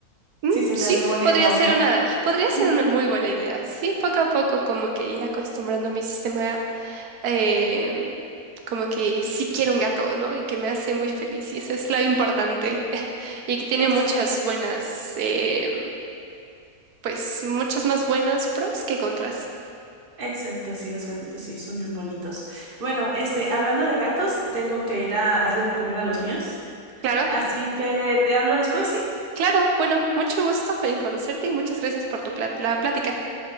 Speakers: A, on the right; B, on the right.
A: Mm,
B: si se
A: Sí,
B: te hace buena
A: podría
B: idea
A: ser
B: o no.
A: una, podría ser
B: Ujú,
A: una muy buena idea. Sí, poco a poco como que ir acostumbrando mi sistema eh, como que sí quiero un gato, ¿no? Y que me hace muy feliz. Y eso es lo importante. <laughs> Y que tiene
B: Exacto.
A: muchas buenas, eh, pues muchas más buenas pros que contras.
B: Exacto, sí, los gatitos sí, son bien bonitos. Bueno, este, hablando de gatos, tengo que ir a darle de comer a los míos.
A: Claro,
B: Así que te hablo después, ¿sí?
A: claro. Bueno, mucho gusto en conocerte y muchas gracias por tu plat- la plática.